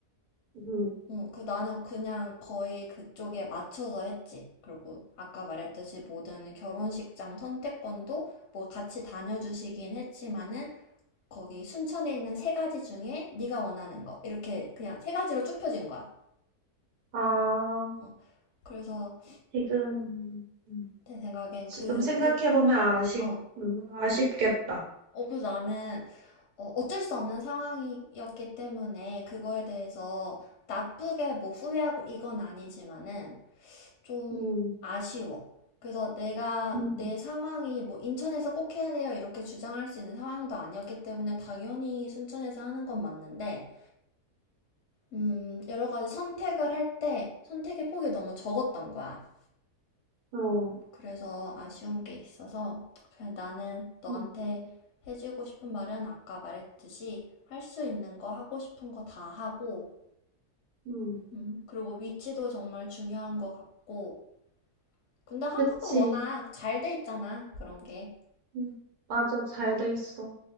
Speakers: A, on the right; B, on the left.
A: 음.
B: 응, 그 나는 그냥 거의 그쪽에 맞춰서 했지. 그리고 아까 말했듯이 모든 결혼식장 선택권도 뭐 같이 다녀주시긴 했지만은 거기 순천에 있는 세 가지 중에 네가 원하는 거 이렇게 그냥 세 가지로 쭉 펴진 거야.
A: 아
B: 어, 그래서
A: 지금 음
B: 내 생각엔
A: 지금
B: 그
A: 생각해
B: 윗,
A: 보면 아쉽
B: 어,
A: 음 아쉽겠다.
B: 어, 그래서 나는 어, 어쩔 수 없는 상황이었기 때문에 그거에 대해서 나쁘게 뭐 후회하고 이건 아니지만은 좀
A: 음.
B: 아쉬워. 그래서 내가
A: 음.
B: 내 상황이 뭐 인천에서 꼭 해야 돼요 이렇게 주장할 수 있는 상황도 아니었기 때문에 당연히 순천에서 하는 건 맞는데, 음, 여러 가지 선택을 할 때 선택의 폭이 너무 적었던 거야.
A: 어.
B: 그래서 아쉬운 게 있어서 그냥 나는 너한테
A: 음.
B: 해주고 싶은 말은 아까 말했듯이 할 수 있는 거 하고 싶은 거 다 하고
A: 음.
B: 음, 그리고 위치도 정말 중요한 것 같고 근데 한국은
A: 그치.
B: 워낙 잘 돼 있잖아 그런 게
A: 음. 맞아. 잘 돼 있어.